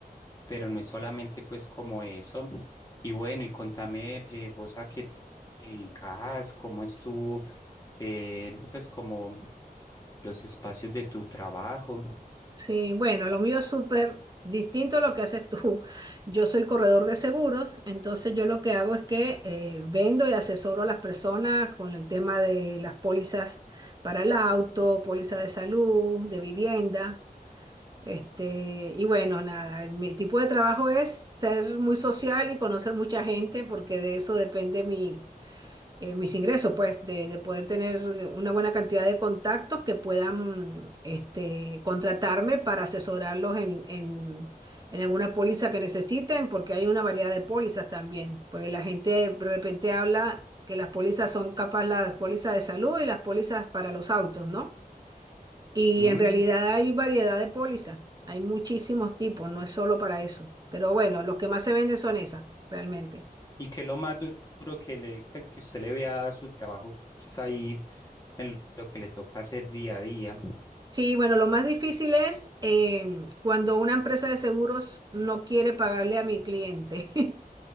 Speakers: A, on the left; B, on the right.
A: pero no es solamente pues como eso. Y bueno, y contame eh, vos a qué te dedicas, cómo es tu, eh, pues como los espacios de tu trabajo.
B: Sí, bueno, lo mío es súper distinto a lo que haces tú. <laughs> Yo soy corredor de seguros, entonces yo lo que hago es que eh, vendo y asesoro a las personas con el tema de las pólizas para el auto, póliza de salud, de vivienda. Este, y bueno, nada, mi tipo de trabajo es ser muy social y conocer mucha gente porque de eso depende mi, eh, mis ingresos, pues, de, de poder tener una buena cantidad de contactos que puedan este, contratarme para asesorarlos en, en, en alguna póliza que necesiten, porque hay una variedad de pólizas también, porque la gente de repente habla que las pólizas son capaz las pólizas de salud y las pólizas para los autos, ¿no? Y
A: Mm,
B: en realidad hay variedad de pólizas, hay muchísimos tipos, no es solo para eso, pero bueno, los que más se venden son esas, realmente.
A: ¿Y qué es lo más du- duro que le, pues que usted le vea a su trabajo pues, ahí en lo que le toca hacer día a día?
B: Sí, bueno, lo más difícil es em, cuando una empresa de seguros no quiere pagarle a mi cliente. <laughs>